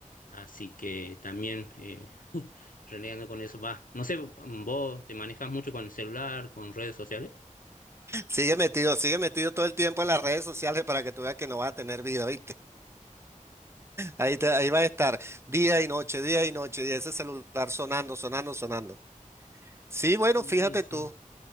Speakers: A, on the left (about 85°); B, on the right (about 20°).
A: Así que también eh, renegando con eso. Va, no sé, ¿vos te manejas mucho con el celular, con redes sociales?
B: Sigue metido, sigue metido todo el tiempo en las redes sociales para que tú veas que no vas a tener vida, ¿viste? Ahí te, ahí va a estar día y noche, día y noche, y ese celular sonando, sonando, sonando. Sí, bueno,
A: Sí,
B: fíjate
A: sí.
B: tú,